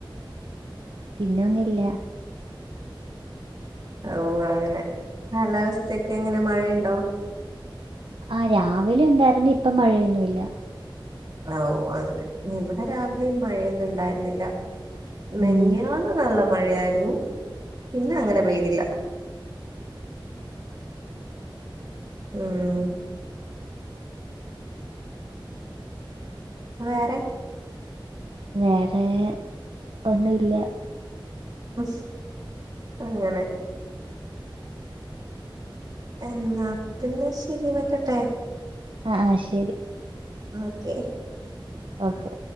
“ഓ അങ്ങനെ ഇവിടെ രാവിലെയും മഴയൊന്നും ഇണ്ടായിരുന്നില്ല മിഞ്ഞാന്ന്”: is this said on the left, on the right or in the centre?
Right